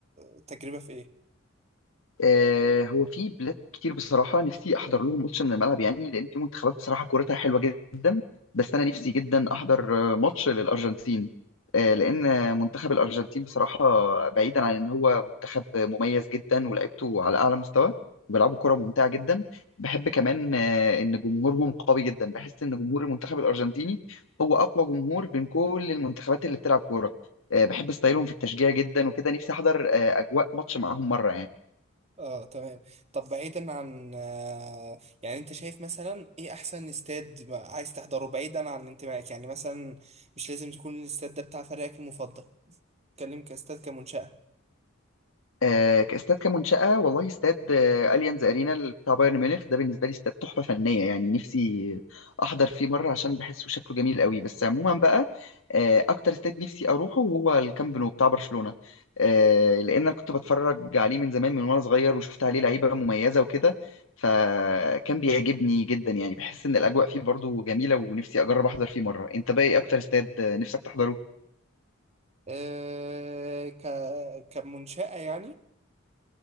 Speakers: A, on the right (about 30°); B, on the left (about 85°).
A: آه، تجربة في ايه
B: آه، هو في بلاد كتير بصراحة نفسي أحضر لهم ماتش من الملعب يعني لأن في منتخبات بصراحة كورتها حلوة جدا بس أنا نفسي جدا أحضر آه، ماتش للأرجنتين آه، لأن آه، منتخب الأرجنتين بصراحة بعيدا عن إن هو منتخب مميز جدا ولعبته على أعلى مستوى وبيلعبوا كرة ممتعة جدا بحب كمان آه، إن جمهورهم قوي جدا بحس إن جمهور المنتخب الأرجنتيني هو أقوى جمهور بين كل المنتخبات اللي بتلعب كورة آه، بحب ستايلهم في التشجيع جدا وكده نفسي أحضر آه، أجواء ماتش معاهم مرة يعني
A: اه تمام طب بعيدا عن آه، يعني انت شايف مثلا ايه احسن استاد ما- عايز تحضره بعيدا عن انتمائك يعني مثلا مش لازم تكون الاستاد ده بتاع فريقك المفضل اتكلم كاستاد كمنشأة
B: آه، كاستاد كمنشأة والله استاد آه، اليانز ارينا بتاع بايرن ميونخ ده بالنسبة لي استاد تحفة فنية يعني نفسي احضر فيه مرة عشان بحسه شكله جميل قوي بس عموما بقى آه، اكتر استاد نفسي اروحه هو الكامب نو بتاع برشلونة آه، لان انا كنت بتفرج عليه من زمان من وانا صغير وشفت عليه لعيبة مميزة وكده فكان بيعجبني جدا يعني بحس ان الاجواء فيه برضو جميلة ونفسي اجرب احضر فيه مرة انت بقى ايه اكتر استاد آه، نفسك تحضره
A: آه، ك... كمنشأة يعني